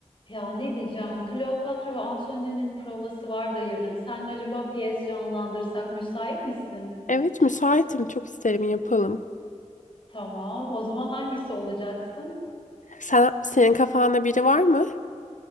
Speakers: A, on the left (about 40°); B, on the left (about 80°).
A: Ya ne diyeceğim? Kleopatra ve Antony'nin provası var da yarın. Sen acaba piyes canlandırsak müsait misin?
B: Evet, müsaitim. Çok isterim yapalım.
A: Tamam. O zaman hangisi olacaksın?
B: Sen, senin kafanda biri var mı?